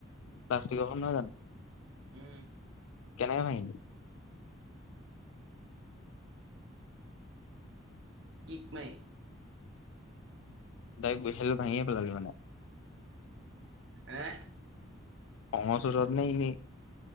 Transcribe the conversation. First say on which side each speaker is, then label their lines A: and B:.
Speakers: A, on the left (about 80°); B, on the right (about 65°).
A: প্লাষ্টিক খন নহয় জানো?
B: উম।
A: কেনেকে ভাঙিলি।
B: কিক মাই।
A: ডাইক গৈছিলো ভাঙিয়ে পেলালি মানে
B: এয়ে
A: খঙৰ চোতত নে এনেই